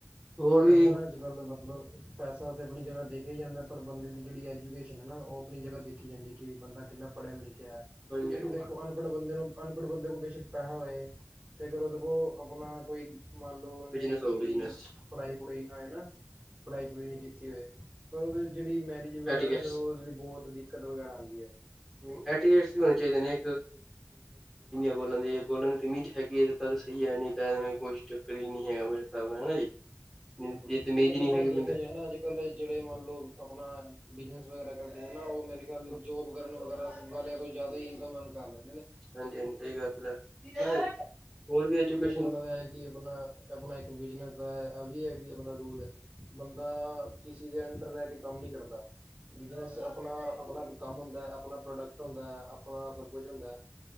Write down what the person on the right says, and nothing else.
ਇਹ ਨਾ ਅੱਜ ਕੱਲ ਮਤਲਬ ਪੈਸਾ ਤੇ ਆਪਣੀ ਜਗ੍ਹਾ ਦੇਖਿਆ ਹੀ ਜਾਂਦਾ ਪਰ ਬੰਦੇ ਦੀ ਜਿਹੜੀ ਐਡਕੇਸ਼ਨ ਹੈ ਨਾ ਉਹ ਆਪ ਜ੍ਹਾਖੀ ਜਾਂਦੀ ਕਿ ਬੰ ਕਿਨਾ ਪੜ੍ਹਿਆ ਲਿਖਿਆ ਕਿਆ
ਕਿਉਂਕਿ ਦੇਖੋ ਅਨਪੜ੍ਹ ਬੰਦੇ ਨੂੰ ਅਨਪੜ੍ਹ ਬੰਦੇ ਕੋਲ ਬੇਸ਼ੱਕ ਪੈਸਾ ਹੋਏ ਤੇ ਕਰੋ ਦੇਖੋ ਆਪਣਾ ਕੋਈ ਮੰਨ ਲੋਓ ਨਹੀਂ
ਕੋਈ
ਹੈ ਨਾ ਪੜ੍ਹਾਈ ਪੜਰੀ ਨਹੀਂ ਕੀਤੀ ਹੋਏ ਪਰ ਉਹਦੇ ਜਿਹੜੀ ਮੈਰਿਜ ਵਗੈਰਾ
ਨਾ ਫੇਿਰ ਉਹ ਲਈ ਬਹੁਤ ਦਿੱਤ ਦਿੱਕਤ ਵਗੈਰਾ ਆਉਂਦੀ ਹੈ
ਬਿਲਕੁਲ
ਨਹੀਂ ਆਪਣਾ
ਦੇਖਿਆ
ਜਾਏ ਨਾ ਅੱਜ ਕੱਲ ਜਿਹੜੇ ਮੰਨ ਲਓ ਆਪਣਾ ਬਿਜਨਸ ਵਗੈਰਾ ਕਰਦੇ ਨੇ ਨਾ ਉਹ ਮੇਰੇ ਖਿਆਲ
ਜੋਬ ਕਰਨ ਵਗੈਰਾ ਵਾਲਿਆਂ ਕੋਈ ਜ਼ਿਆਦਾ ਹੀ ਇਨਕਮ ਕਰ ਲਦਾ
ਕਿਉਂਕਿ ਉਹਨਾਂ ਦਾ ਹੈ ਕਿ ਆਪਣਾ ਆਪਣਾ ਇੱਕ ਬਿਜਨਸ ਦਾ ਹੈ ਵੀ ਹੈਗੀ ਆਪਣਾ ਰੂਲ ਬੰਦਾ ਕਿਸੇ ਦੇ ਅੰਡਰ ਰਹਿ ਕੇ ਕੰਮ ਨੀ ਕਰਦਾ ਬਿਜਨਸ ਚ ਆਪਣਾ ਆਪਣਾ ਕੰਮ ਹਦਾ ਹੈ ਆਪਣਾ ਪ੍ਰੋਡਕਟ ਹਦਾ ਆਪਣਾ ਸਭ ਕੁਛ ਹਦਾ ਹੈ